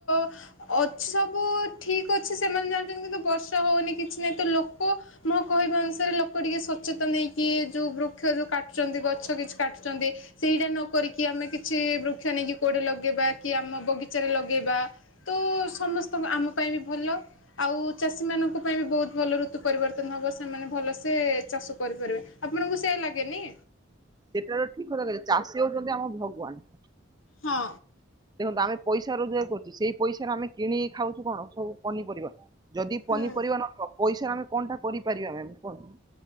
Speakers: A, on the left; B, on the right.
A: ଅଛି, ସବୁ ଠିକ୍ ଅଛି ସେମାନେ ଜାଣିଛନ୍ତି, କିନ୍ତୁ ବର୍ଷା ହଉନି କିଛି ନାହଁ, ତୋ ଲୋକ ମୋ କହିବା ଅନୁସାରେ ଲୋକ ଟିକେ ସଚେତନ ନେଇକି, ଯଉ ବୃକ୍ଷ ଯେଉ କାଟୁଛନ୍ତି ଗଛ କିଛି କାଟୁଛନ୍ତି ସେଇଟା ନକିକି ଆମେ କିଛି ବୃକ୍ଷ ନେଇକି, କୋଆଡେ ଲଗେଇବା କି ଆମ ବଗିଚାରେ ଲଗେଇବା ତ ସମସ୍ତଙ୍କ ଆମ ପାଇଁ ବି ଭଲ ଆଉ ଚାଷୀ ମଙ୍କ ପାଇଁ ବି ବହୁତ ଭଲ ଋତୁ ପରିବର୍ତ୍ତନ ହବ ସେମାନେ ଭଲସେ ଚାଷ କରିପାରିବେ, ଆପଣଙ୍କୁ ସେୟା ଲାଗେନି?
B: ସେଟାର ଠିକ କଥା ଚାଷୀ ଯଦି ଆମର ଭଗବାନ।
A: ହଁ।
B: ଦେଖନ୍ତୁ ଆମେ ପଇସା ରୋଜଗାର କରୁଛୁ, ସେଇ ପଇସାରେ ଆମେ କିଣିିକି ଖାଉଛୁ କଣ ସବୁ ପନିପରିବା ଯଦି
A: ହୁଁ
B: ପନିପରିବା ନ ପଇସାରେ ଆମେ କଣ ଟା କରିପାରିବା କୁହନ୍ତୁ?